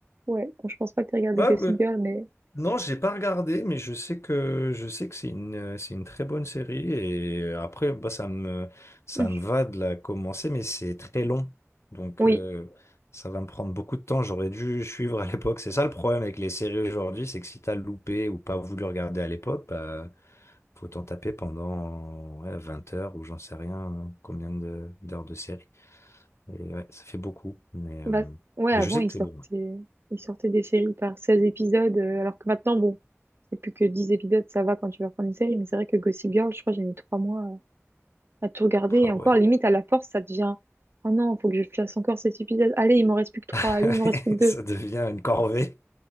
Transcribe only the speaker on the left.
Ah,
ouais.
Non, j'ai pas regardé, mais je sais que je sais que c'est une euh, c'est une très bonne série et euh, après bah ça me ça
me va de la commencer, mais c'est très long, donc
euh, ça va me prendre beaucoup de temps. J'aurais dû suivre à l'époque. C'est ça le problème avec les séries aujourd'hui, c'est que si t'as loupé ou pas voulu regarder à l'époque, bah, Faut t'en taper pendant ouais, 20 heures ou j'en sais rien hein, combien de- d'heures de série. Et ouais, ça fait beaucoup. Mais, euh,
mais
je sais
que
c'est bon. Ouais.
Ah
ouais.
<laughs>
Ça devient une corvée.